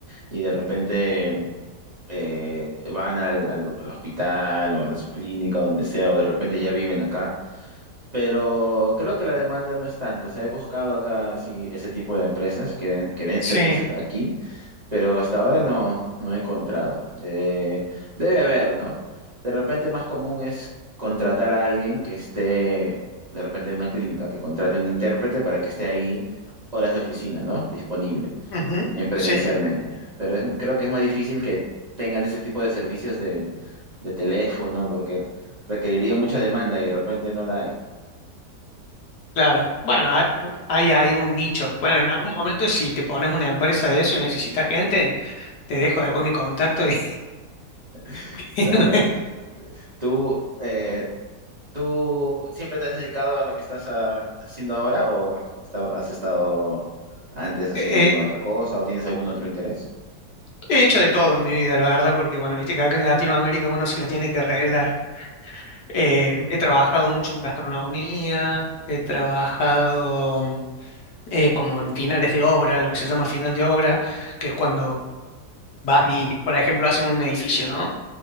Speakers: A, on the right (about 30°); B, on the left (about 75°).
A: y de repente mm, eh, van al, al- al hospital o a la- su clínica, o donde sea, o de repente ya viven acá. Pero creo que la demanda no es tanto. O sea, he buscado acá sí, ese tipo de empresas que den, que den
B: Sí,
A: servicios aquí pero hasta ahora no, no he encontrado. Eh, debe haber, ¿no? De repente más común es contratar a alguien que esté, de repente en una clínica, que contrate un intérprete para que esté ahí horas de oficina, ¿no? Disponible
B: ujú,
A: en presencialmente.
B: Sí,
A: Pero es- creo que es más difícil que tengan ese tipo de servicios de, de teléfono porque requeriría mucha demanda y de repente no la hay.
B: claro. Bueno, hay, hay hay un nicho. Bueno, en algún momento si te pones una empresa de eso y necesitas gente, te dejo después mi contacto y,
A: <laughs>
B: <laughs> me-
A: Claro. Tú, eh, ¿Tú siempre te has dedicado a lo que estás ah, haciendo ahora o esta- has estado antes haciendo
B: eh,
A: alguna otra cosa o tienes algún otro interés?
B: He hecho de todo en mi vida, la verdad, porque bueno, viste que acá en Latinoamérica uno se la tiene que arreglar. Eh, he trabajado mucho en gastronomía, he trabajado mm, eh, como en finales de obra, lo que se llama final de obra, que es cuando vas y, por ejemplo, hacen un edificio, ¿no?